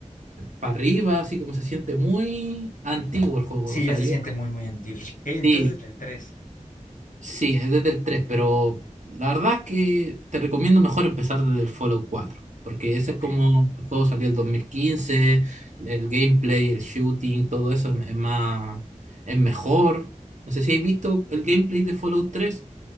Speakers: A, on the right; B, on the left.
A: para arriba, así como se siente muy antiguo el juego.
B: Sí,
A: O sea,
B: ya se
A: yo
B: siente muy, muy antiguo. Ok, entonces
A: sí,
B: el 3.
A: Sí, es desde el 3, pero la verdad que te recomiendo mejor empezar desde el Fallout cuatro, porque ese
B: Ok.
A: es como el juego salió el 2015, el gameplay, el shooting, todo eso es, es más, es mejor. No sé si habéis visto el gameplay de Fallout tres,